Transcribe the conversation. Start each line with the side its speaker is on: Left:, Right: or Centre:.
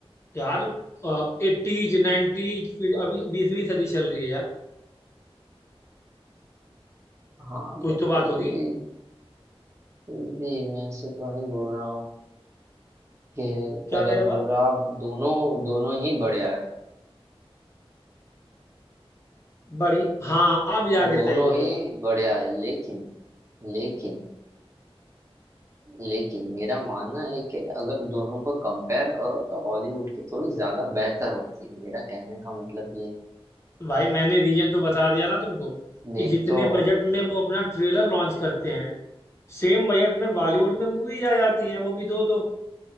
Left: यार एट्टीज नाइन्टीज फिर अभी बीसवीं सदी चल रही है यार
Right: हाँ
Left: कुछ
Right: पर
Left: तो
Right: फिर
Left: बात होगी
Right: भी फिर भी मैं ऐसे तो नहीं बोल रहा हूँ कि
Left: क्या
Right: गलत
Left: कह रहे
Right: बोल
Left: हो आप
Right: रहा आप दोनों दोनों ही बढ़िया है
Left: बड़ी हाँ अब जाके
Right: दोनों
Left: सही बोला
Right: ही
Left: आपने
Right: बढ़िया है लेकिन लेकिन लेकिन मेरा मानना है कि अगर दोनों को कंपेयर करो तो हॉलीवुड की थोड़ी ज्यादा बेहतर होती है मेरा कहने का मतलब ये है
Left: भाई मैंने रीजन तो बता दिया ना तुमको
Right: देख
Left: कि जितने
Right: तो
Left: बजट में वो अपना ट्रेलर लॉन्च करते हैं सेम बजट में बॉलीवुड में मूवीज आ जाती हैं वो भी दो दो